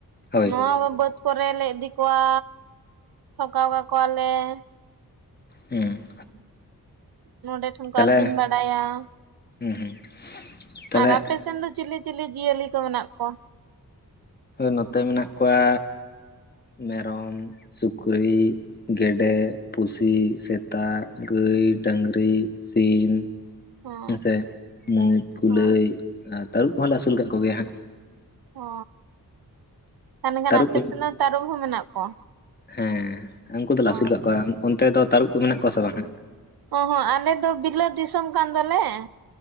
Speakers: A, on the left; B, on the right.
A: ᱦᱳᱭ
B: ᱱᱚᱣᱟ ᱵᱟᱹᱫᱽ ᱠᱚᱨᱮᱞᱮ ᱤᱫᱤ ᱠᱚᱣᱟ, ᱴᱷᱚᱠᱟᱣ ᱠᱟᱠᱚᱣᱟᱞᱮ ᱾
A: ᱦᱩᱸ
B: ᱱᱚᱰᱮ ᱴᱷᱮᱱ ᱠᱚ
A: ᱛᱟᱦᱚᱞᱮ
B: ᱟᱹᱛᱤᱧ ᱵᱟᱲᱟᱭᱟ ᱾
A: ᱦᱩᱸ ᱦᱩᱸ ᱛᱟᱦᱚᱞᱮ
B: ᱟᱨ ᱟᱯᱮᱥᱱ ᱫᱚ ᱪᱤᱞᱤ ᱪᱤᱞᱤ ᱡᱤᱭᱟᱹᱞᱤ ᱠᱚ ᱢᱮᱱᱟᱜ ᱠᱚᱣᱟ?
A: ᱱᱚᱛᱮ ᱢᱮᱱᱟᱜ ᱠᱚᱣᱟ ᱢᱮᱨᱚᱢ, ᱥᱩᱠᱨᱤ, ᱜᱮᱰᱮ, ᱯᱩᱥᱤ, ᱥᱮᱛᱼ ᱼᱥᱮᱛᱟ, ᱜᱟᱹᱭ, ᱰᱟᱝᱨᱤ, ᱥᱤᱢ
B: ᱦᱚᱸ
A: ᱦᱮᱸᱥᱮ ᱢᱩᱡ, ᱠᱩᱞᱟᱹᱭ,
B: ᱦᱚᱸ
A: ᱛᱟᱹᱨᱩᱵ ᱠᱚᱦᱚᱸᱞᱮ ᱟᱹᱥᱩᱞ ᱠᱟᱜ ᱠᱚᱜᱮᱭᱟ ᱦᱟᱸᱜ ᱾
B: ᱚ ᱛᱟᱦᱮᱞᱮᱠᱷᱟᱱ
A: ᱛᱟᱹᱨᱩᱵ
B: ᱟᱯᱮ
A: ᱤᱧ
B: ᱥᱮᱫ ᱦᱚᱸ ᱛᱟᱨᱩᱵ ᱦᱚᱸ ᱢᱮᱱᱟᱜ ᱠᱚᱣᱟ?
A: ᱦᱮᱸ ᱩᱱᱠᱩ ᱫᱚᱞᱮ
B: ᱚ
A: ᱟᱹᱥᱩᱞ ᱠᱟᱫ ᱠᱚᱣᱟ ᱾ ᱚᱱᱛᱮ ᱫᱚ ᱛᱟᱹᱨᱩᱵ ᱠᱚ ᱢᱮᱱᱟᱜ ᱠᱚᱣᱟ ᱥᱮ ᱵᱟᱝ ᱦᱟᱸᱜ?
B: ᱚ ᱦᱚᱸᱜ ᱟᱞᱮ ᱫᱚ ᱵᱤᱞᱟᱹᱛ ᱫᱤᱥᱚᱢ ᱠᱟᱱ ᱫᱚᱞᱮ ᱾